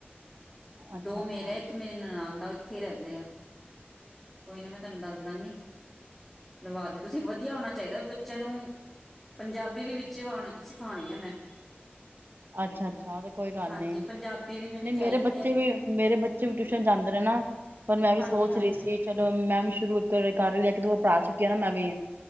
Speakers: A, on the right (about 60°); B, in the centre.
A: ਅੱਛਾ
B: ਦੋ
A: ਅੱਛਾ
B: ਮੇਰੇ ਇੱਕ ਮੇਰੀ ਨਨਾਣ ਦਾ- ਇੱਥੇ ਰਹਿੰਦੇ ਆ, ਕੋਈ ਨਾ ਮੈਂ ਤੁਹਨੂੰ ਦੱਸਦਾਂਗੀ। ਨਵਾ ਤੇ ਤੁਸੀਂ ਵਧੀਆ ਹੋਣਾ- ਚਾਹੀਦਾ ਵੀ ਬੱਚਿਆਂ ਨੂੰ- ਪੰਜਾਬੀ ਵੀ ਵਿੱ- ਸਿਖਾਉਣੀ ਆ ਮੈਂ।
A: ਅੱਛਾ ਅੱਛਾ ਤੇ ਕੋਈ ਗੱਲ
B: ਹਾਂਜੀ
A: ਨੀ,
B: ਪੰਜਾਬੀ ਵੀ ਮੈਨੂੰ
A: ਨਹੀਂ
B: ਚਾਹੀਦੀ
A: ਮੇਰੇ ਬੱਚੇ
B: ਹੈ
A: ਵੀ ਮੇਰੇ ਬੱਚੇ ਵੀ ਟਿਊਸ਼ਨ ਜਾਂਦੇ ਨੇ ਨਾ, ਪਰ ਮੈਂ ਵੀ
B: ਹਾਂਜੀ
A: ਸੋਚ
B: ਹਾਂਜੀ
A: ਰਹੀ ਸੀ ਚਲੋ ਮੈਂ ਵੀ- ਸ਼ੁਰੂ ਤਾਂ ਮੈਂ ਕਰ ਹੀ ਲਿਆ ਇੱਕ ਤਾਂ ਪੜਾ ਚੁੱਕੀ ਆ ਮੈਂ ਵੀਂ।